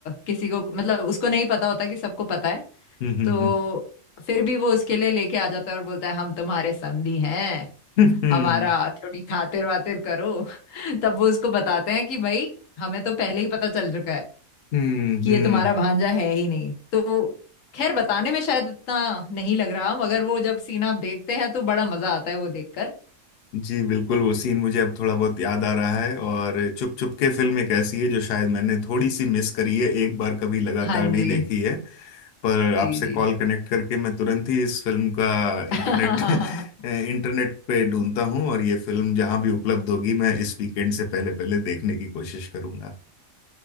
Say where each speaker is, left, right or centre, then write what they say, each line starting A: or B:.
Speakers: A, on the left; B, on the left.
A: किसी को मतलब उसको नहीं पता होता कि सबको पता है
B: हम्म हम्म
A: तो फिर भी वो उसके लिए लेके आ जाता है और बोलता है हम तुम्हारे समधी हैं
B: हम्म
A: हमारा
B: <laughs>
A: थोड़ी खातिर वातिर करो <laughs> तब वो उसको बताते हैं कि भाई हमें तो पहले ही पता चल चुका है
B: हम्म
A: कि
B: हम्म,
A: ये तुम्हारा भांजा है ही नहीं तो खैर बताने में शायद इतना नहीं लग रहा मगर वो जब सीन आप देखते हैं तो बड़ा मजा आता है वो देखकर
B: जी बिल्कुल वो सीन मुझे अब थोड़ा बहुत याद आ रहा है और चुप चुप के फिल्म एक ऐसी है जो शायद मैंने थोड़ी सी मिस करी है एक बार कभी लगातार
A: हाँ
B: नहीं
A: जी
B: देखी है पर आपसे
A: जी जी
B: कॉल कनेक्ट करके मैं तुरंत ही इस फिल्म का
A: <laughs>
B: इंटरनेट <laughs> इंटरनेट पे ढूंढता हूँ और ये फिल्म जहां भी उपलब्ध होगी मैं इस वीकेंड से पहले पहले देखने की कोशिश करूंगा